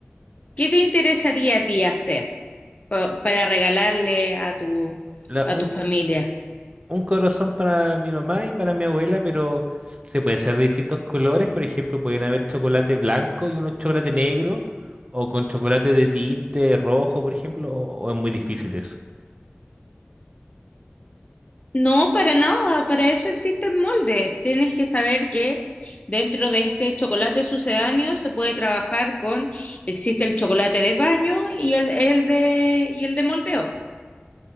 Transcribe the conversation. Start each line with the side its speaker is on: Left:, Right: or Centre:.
Left: ¿Qué te interesaría a ti hacer pa- para regalarle a tu,
Right: La-
Left: a
Right: un
Left: tu familia?
Right: un corazón para mi mamá y para mi abuela, pero se pueden hacer de distintos colores. Por ejemplo, pueden haber chocolate blanco y uno chocolate negro, o con chocolate de tinte rojo, por ejemplo, o, o es muy difícil eso.
Left: No, para nada, para eso existen moldes. Tienes que saber que dentro de este chocolate sucedáneo se puede trabajar con, existe el chocolate de baño y el, el de, y el de moldeo.